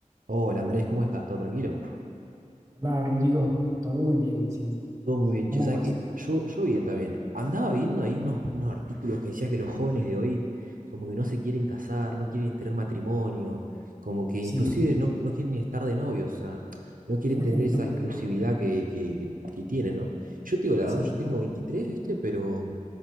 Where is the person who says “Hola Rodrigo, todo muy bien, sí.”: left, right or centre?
Right